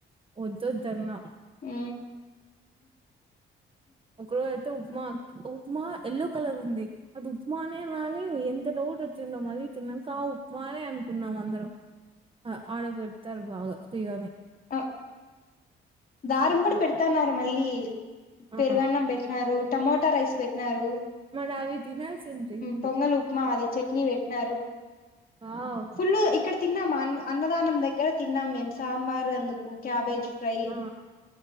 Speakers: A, on the right; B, on the left.
A: వద్దొద్దన్న
B: ఆ
A: ఒకరోోజ అయితే ఉప్మా ఉప్మా ఎయల్లో కలర్ ఉంది అది ఉప్మానే అని ఎంత డౌట్ వచ్చిందో మళ్ళీ తిన్నాక ఆ ఉప్మానే అనుకున్నాం అందరం ఆడ పెడతారు బాగా ఫీగానే
B: ఆ దారం
A: కప్పులో
B: కూడా పెడతాన్నారు మళ్ళీ పెరుగన్నం
A: ఆ
B: పెట్టినారు టమమాటా రైస్ పెట్టినన్నారు
A: మరి అవి తినాల్సిండ్రి మీరు
B: పొంగలి ఉప్మా అదిే చట్నీ పెట్టిన
A: వావ్
B: ఫుల్ ఇక్కడ తిన్నా మా అన్న అన్నదానం దగ్గర తిన్నాం మేము సాంబార్ ఎందుకు క్యాబేజ్ ఫ్రై
A: ఆ